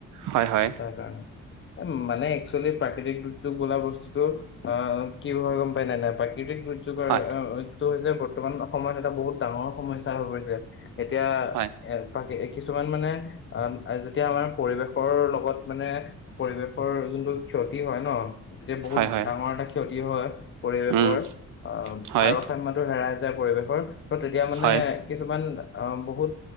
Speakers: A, on the right (about 80°); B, on the left (about 40°).
A: হয় হয়।
B: সেইকাৰণে মানে একচুৱেলি প্ৰাকৃতিক দুৰ্যোগ বোলা বস্তুতটো। অ অ কি হয় গম পাই নাই প্ৰাকৃতিক দুৰ্যোগ। এইটো কাৰ
A: হয়
B: অ অ এইটো হৈছে বৰ্তমান সময়ত এটা বহুত ডাঙৰ সমস্যা হৈ পৰিছে। এতিয়া
A: হয়
B: এক পাকে। কিছুমান মানে আহ আম যেতিয়া আমাৰ পৰিৱেশৰ লগত মানে। পৰিৱেশৰ যোনটো ক্ষতি হয় ন যেতিয়া বহুত
A: হয় হয়
B: ডাঙৰ এটা ক্ষতি হয়। পৰিৱেশৰ
A: উম
B: অ
A: হয়
B: ভাৰসাম্যটো হেৰাই যায় পৰিৱেশৰ ত তেতিয়া মানে।
A: হয়
B: কিছুমান অ বহুত